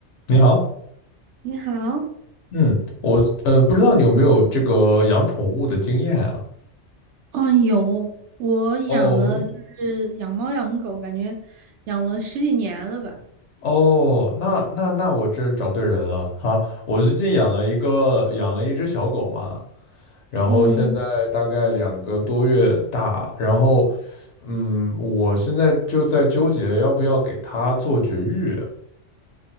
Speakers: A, on the left (about 75°); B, on the right (about 80°).
A: 你好，
B: 你好，
A: 嗯，我呃不知道你有没有这个养宠物的经验啊？
B: 嗯，有，我养了，
A: 哦
B: 就是养猫养狗，感觉养了十几年了吧。
A: 哦，那那那我这找对人了哈！我最近养了一个养了一只小狗嘛，然后现在大概两个多月大，
B: 嗯，
A: 然后嗯，我现在就在纠结要不要给它做绝育，